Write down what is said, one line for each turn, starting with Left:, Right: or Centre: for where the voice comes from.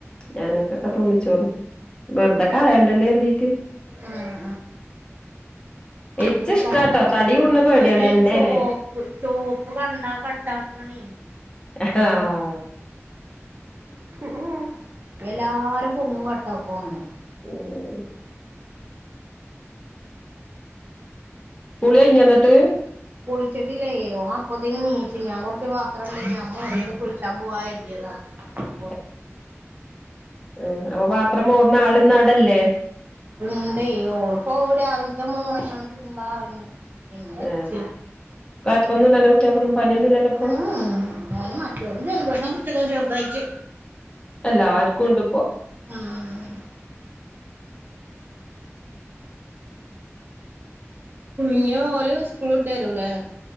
Left: ഞങ്ങൾക്കൊക്കെ തോന്നിച്ചോറും വെറുത കളയണ്ടല്ലേ എരുതി
Right: ആഹ് ആഹ് <unintelligible>
Left: ഇച്ച് ഇഷ്ടാട്ടോ തടി കൂടുന്ന പേടിയാണ്
Right: ബനിച്ചോ
Left: എണ്ണയല്ലേ
Right: ചോപ്പ്കണ്ടാ കട്ടാക്കണെ
Left: ഏഹ് ആഹ്
Right: <unintelligible> എല്ലാരും പൊങ്ങവട്ട പോണ്
Left: ഓഹ് കുളികഴിഞ്ഞോ ന്നട്ട്
Right: കുളിച്ചിട്ടില്ലേ ഓൻ അപ്പതിന് നീച് ഞാൻ കുറച്ച് മാത്രംണ്ടന്യേ അത് മോറിട്ട് കുളിച്ചാൻ പോവ കർത്യത
Left: <inaudible>
Right: <unintelligible>
Left: ഉം. അപ്പൊ പാത്രം മോറുന്ന ആളിന്ന് അവിടെ അല്ലേ
Right: ണ്ടെയ്യ് ഓള് പോ രാവിലത്തെ മൂന്നാണ് തിരുമ്പാ അറങ്ങി പിന്നെ അച്ച
Left: ഏ കൊഴപ്പൊന്നുമില്ലല്ലോ കുട്ടികൾക്കൊന്നും പനിയൊന്നുമില്ലല്ലോ ഇപ്പൊ
Right: ഉ മറ്റൊന് ജൽദോഷം പുഡ്ചക്കൻ ചെറുതായിട്ട്
Left: എല്ലാർക്കും കൊണ്ട് ഇപ്പോ
Right: ആഹ് ഇനിഓര് സ്കൂള് ഇട്ട്രുവരൂലേ